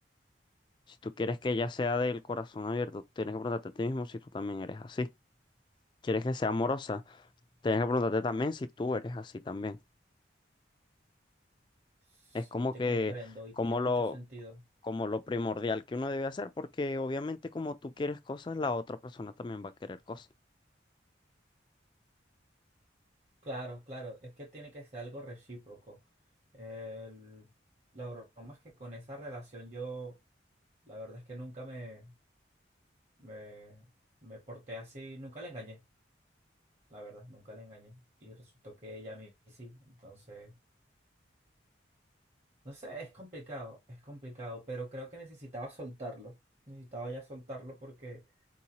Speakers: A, on the left; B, on the right.
A: Si tú quieres que ella sea del corazón abierto, tienes que preguntarte a ti mismo si tú también eres así. ¿Quieres que sea amorosa? Tienes que preguntarte también si tú eres así también.
B: Sí,
A: Es como
B: te
A: que,
B: comprendo y
A: como
B: tiene mucho
A: lo,
B: sentido.
A: como lo primordial que uno debe hacer, porque obviamente como tú quieres cosas, la otra persona también va a querer cosas.
B: Claro, claro, es que tiene que ser algo recíproco. El- la broma es que con esa relación yo, la verdad es que nunca me, me, me porté así, nunca le engañé, la verdad, nunca le engañé. Y resultó que ella a mí sí, entonces, no sé, es complicado, es complicado, pero creo que necesitaba soltarlo, necesitaba ya soltarlo porque